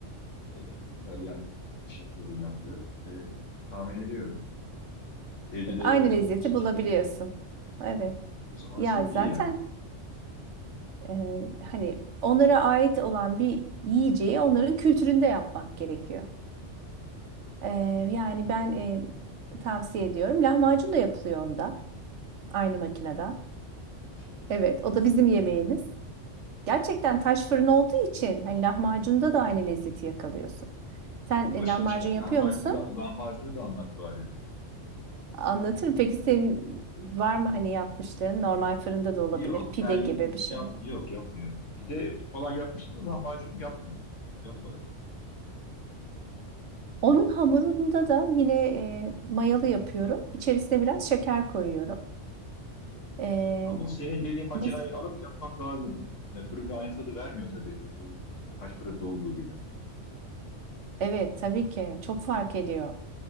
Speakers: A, on the left; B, on the right.
A: E, İtalyan e, şeflerin yaptığı. E, tahmin ediyorum. Evde de
B: Aynı
A: yapılabiliyorsa
B: lezzeti bulabiliyorsun.
A: çok iyi.
B: Evet.
A: O zaman
B: Ya
A: çok
B: zaten
A: iyi yani.
B: e, hani onlara ait olan bir yiyeceği onların kültüründe yapmak gerekiyor. E, yani ben e, tavsiye ediyorum. Lahmacun da yapılıyor onda. Aynı makinede.
A: Oo, çok iyi.
B: Evet, o da bizim yemeğimiz. Gerçekten taş fırın olduğu için hani lahmacunda da aynı lezzeti yakalıyorsun. Sen
A: E, Başlamışken
B: e, lahmacun yapıyor
A: lahmacunu
B: musun?
A: da lahmacunu da anlat bari.
B: Anlatırım. Peki senin var mı hani yapmışlığın? Normal fırında da olabilir.
A: Yok
B: Pide
A: ben yap,
B: gibi bir şey.
A: yap- yok yapmıyorum. Pide falan yapmıştım da lahmacun yapmıyorum. Yapmadım.
B: Onun hamurunda da yine e, mayalı yapıyorum. İçerisine biraz şeker koyuyorum. E,
A: Ama senin dediğin makineyi
B: mes-
A: alıp yapmak lazım. E, fırında aynı tadı vermiyor tabii. E, taş fırında olduğu gibi.
B: evet tabii ki çok fark ediyor.